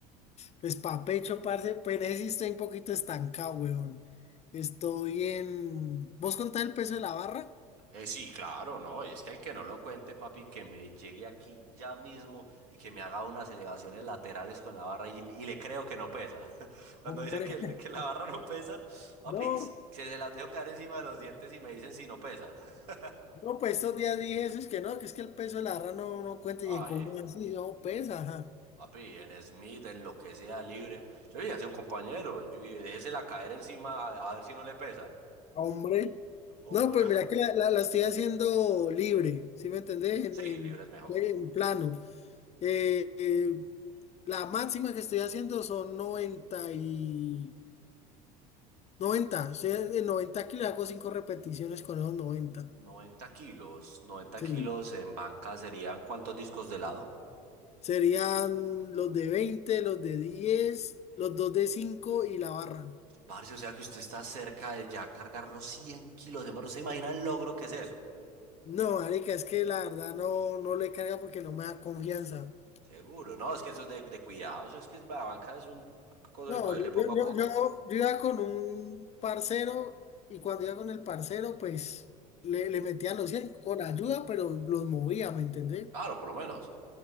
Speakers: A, on the left; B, on the right.
A: Pues pa' pecho, parce. Pero ese sí estoy un poquito estancado, weón. Estoy en... ¿Vos contás el peso de la barra?
B: Eh, sí, claro, no. Es que hay que no lo cuente, papi, que me llegue aquí ya mismo y que me haga unas elevaciones laterales con la barra y, y le creo que no pesa. <laughs> Cuando
A: Hombre.
B: dicen que, el-
A: <laughs>
B: que la barra no pesa, papi,
A: No,
B: se, se las dejo caer encima de los dientes y me dicen si no pesa. <laughs>
A: no, pues estos días dije eso, es que no, que es que el peso de la barra no, no cuenta.
B: Ay,
A: Y como así, yo pesa, ajá.
B: papi, en Smith, en lo que sea libre. Yo le dije a un compañero, yo, y déjesela caer encima a, a ver si no le pesa.
A: Hombre.
B: Hombre.
A: No, pues mira que la, la- la estoy haciendo libre, ¿sí me entendés? En,
B: Sí,
A: en-
B: libre es mejor.
A: en plano. Eh, eh, la máxima que estoy haciendo son 90 y noventa O sea, de 90 kilos hago 5 repeticiones con esos noventa
B: 90 kilos, noventa
A: Sí.
B: kilos en banca serían ¿cuántos discos de lado?
A: Serían los de veinte los de diez los dos de 5 y la barra.
B: Parce, o sea que usted está cerca de ya cargar los cien kilos, ¿De hermano. ¿Se imagina el logro que es eso?
A: No, marica, es que la verdad no, no le carga porque no me da confianza.
B: Seguro, no, es que eso es de, de cuidados, es que la banca es un cosa
A: No,
B: de cogerle
A: yo,
B: poco
A: yo, yo-
B: a poco.
A: yo- yo iba con un parcero y cuando iba con el parcero, pues le, le metía los 100 con ayuda, pero los movía, ¿me entendés?
B: Claro, por lo menos.